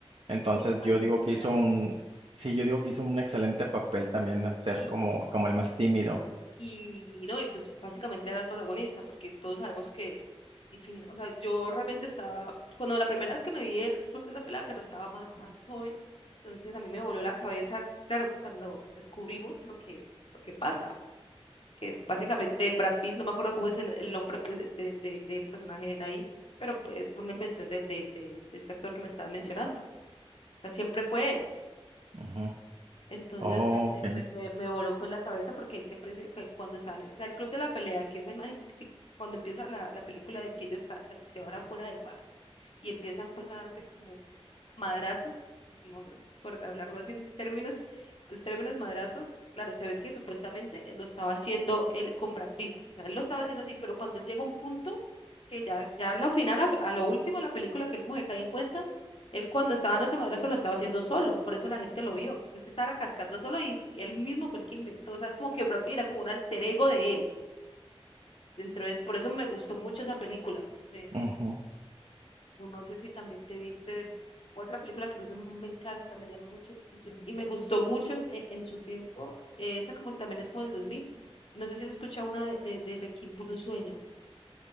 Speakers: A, on the right; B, on the left.
A: Entonces,
B: pues, Guzmán
A: yo
B: es
A: digo
B: muy
A: que
B: buena.
A: hizo un, sí, yo digo que hizo un excelente papel también al ser
B: Y,
A: como, como el más tímido.
B: Y no, y pues básicamente era el protagonista, porque todos sabemos que, el fin- o sea, yo realmente estaba, cuando la primera vez que me vi el Club de la Pelea, claro, estaba más, más joven, entonces a mí me voló la cabeza, claro, cuando descubrimos lo que, lo que pasa, que básicamente Brad Pitt, no me acuerdo cómo es el, el nombre pues, de, de- de- del personaje de él ahí, pero es una invención de, de, de- de este actor que me estaba mencionando, o sea, siempre fue él.
A: Ujú.
B: Entonces
A: Oh,
B: me, me,
A: ok.
B: me- me- me voló pues la cabeza porque él siempre se, cu- cuando sale, o sea, el club de la pelea, que esa imagen, sí, cuando empieza la, la película de que ellos están, se, se van afuera del bar y empiezan pues a darse como madrazos, no, no importa hablarlo así en términos, los términos madrazos, claro, se ve que supuestamente lo estaba haciendo él con Brad Pitt, o sea, él lo estaba haciendo así, pero cuando él llega a un punto que ya, ya a lo final, a, a lo último de la película, que él como que cae en cuenta, él cuando estaba dando ese madrazo lo estaba haciendo solo, por eso la gente lo vio, él se estaba cascando solo y él mismo fue el que inventó, o sea, es como que Brad Pitt era como un alter ego de él, dentro de eso, por eso me gustó mucho esa película. Sí
A: Ujú.
B: o no sé si también te vistes otra película que a mí me me encanta, me llama mucho la atención y me gustó mucho en, en- en su tiempo. eh, esa como también es como del dos mil No sé si has escuchado una de, de, de Requiem por un sueño.